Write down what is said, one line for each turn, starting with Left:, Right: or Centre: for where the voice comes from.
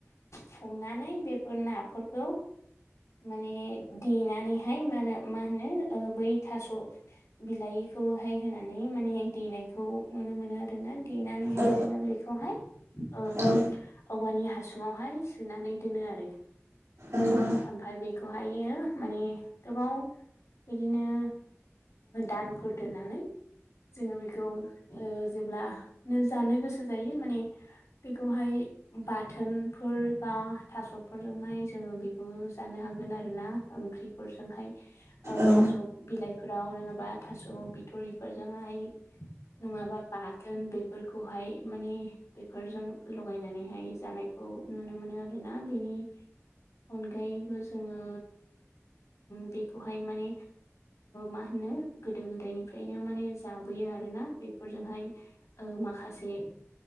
Left: हमनानै बेफोर नाफोरखौ माने देनानैहाय मा होनो मा होनो बै थास' बिलाइ बेखौहाय होनानै माने देनायखौ नुनो मोनो आरोना देनानैहाय
Right: औ
Left: जोङो बेखौहाय ओ
Right: औ
Left: औवानि हासुुङावहाय सोनानै दोनो आरो
Right: औ
Left: ओमफ्राय बेखौहायो माने गोबाव बिदिनो दानफोर दोननानै जोङो बेखौ जेब्लानो जानो गोसो जायो माने बेखौहाय बाथोन फोर बा थास'फोरजोंहाय जों जानो हागोन आरोना ओंख्रिफोर जोंहाय
Right: औ
Left: थास' बिलाइफोर जों राव लोङाबा थास' बिथरिफोरजोंहाय नङाबा बाथोन बेफोरखौहाय मानि बेफोरजों लगायनानैहाय जानाय खौ नुनो मोनो आरोना बेनि अनगायैबो जोङो बेखौहाय माने मा होनो गोदो गोदायनिफ्रायनो माने जाबोयो आरोना बेफोरजोंहाय माखासे